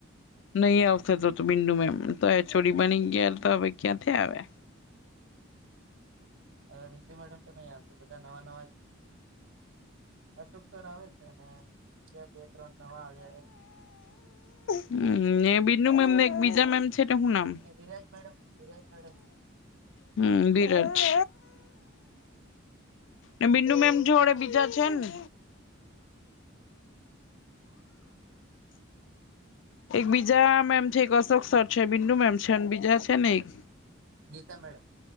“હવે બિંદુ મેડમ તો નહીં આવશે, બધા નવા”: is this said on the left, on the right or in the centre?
Right